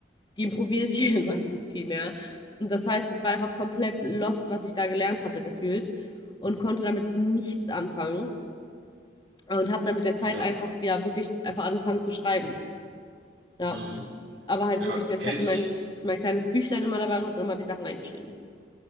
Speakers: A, on the left; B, on the right.
A: die improvisieren <laughs> meistens viel mehr. Und das heißt, es war einfach komplett lost, was ich da gelernt hatte, gefühlt. Und konnte damit nichts anfangen. Und habe dann mit der Zeit
B: Ja.
A: einfach, ja, wirklich einfach angefangen zu schreiben. Ja,
B: Mhm.
A: aber halt
B: Ja,
A: wirklich, ich
B: kenne
A: hatte mein,
B: ich
A: mein kleines Büchlein immer dabei und habe dann immer die Sachen reingeschrieben.